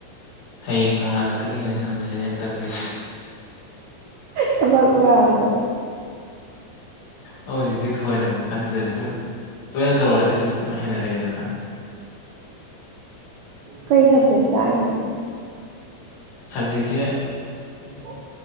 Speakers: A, on the left; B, on the right.
A: ꯍꯌꯦꯡ ꯅꯣꯡꯉꯥꯜꯂꯛꯀꯅꯤꯅ ꯈꯟꯁꯅꯦꯩꯅ ꯇꯜꯂꯤꯁꯦ
B: ꯊꯕꯛ ꯋꯥꯔꯕꯗ
A: ꯑꯣ ꯍꯧꯖꯤꯛꯇꯤ ꯊꯑꯣꯅꯕ ꯈꯟꯗ꯭ꯔꯦꯗꯤ ꯁꯨꯝ ꯇꯣꯏꯅ ꯇꯧꯔꯛꯑꯗꯤ ꯁꯨꯝ ꯍꯩꯅꯔꯛꯑꯦ ꯑꯗꯨꯅ
B: ꯀꯩ ꯁꯕꯖꯦꯛꯇꯏꯅꯣ
A: ꯁꯖꯤꯒ
B: ꯑꯣ